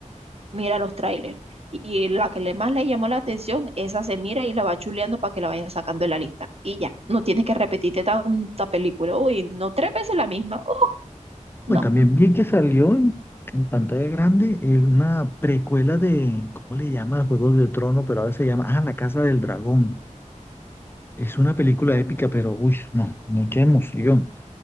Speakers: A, on the right (about 50°); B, on the left (about 15°).
A: mira los trailers. Y la que le más le llamó la atención, esa se mira y la va chuleando para que la vaya sacando de la lista. Y ya, no tienes que repetirte tanta película. Uy, no tres veces la misma. Uh,
B: Bueno,
A: no,
B: Y también vi que salió en, en pantalla grande eh, una precuela de, ¿cómo le llama? Juegos de Trono, pero ahora se llama, ah, La Casa del Dragón. Es una película épica, pero, uy, no, mucha emoción.